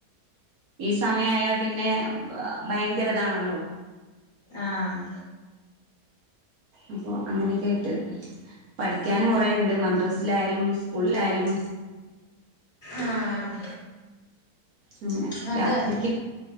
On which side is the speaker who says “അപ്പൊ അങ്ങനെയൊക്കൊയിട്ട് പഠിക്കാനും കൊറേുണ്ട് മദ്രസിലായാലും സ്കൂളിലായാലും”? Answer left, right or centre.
Right